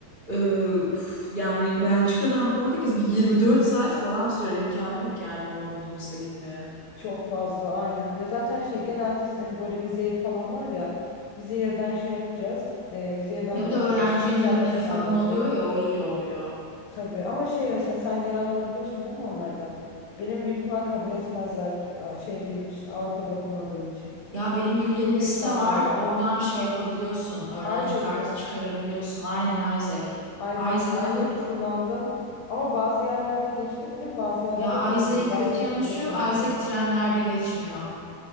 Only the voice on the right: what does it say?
Ee, üf, yani Belçika'dan Portekiz bir 24 saat falan sürer imkanı yok yani onu otobüsle gitmeye.
Ya bir
de öğrenci
indirimleri
falan
oluyor ya o iyi oluyor.
Ya benim
bildiğim bir
site
var. Oradan şey yapabiliyorsun. Öğrenci
kartı
çıkarabiliyorsun. Aynen Isaac.
Isaac
alıp
ya
Isaac'in kötü
yanı
şu.
Isaac trenlerde geçmiyor.